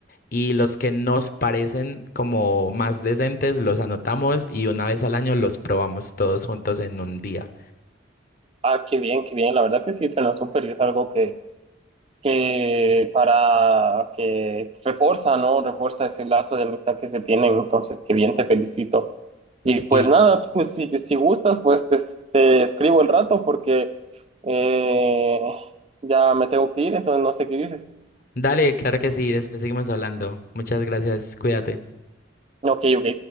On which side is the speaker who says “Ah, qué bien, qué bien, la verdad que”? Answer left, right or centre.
Right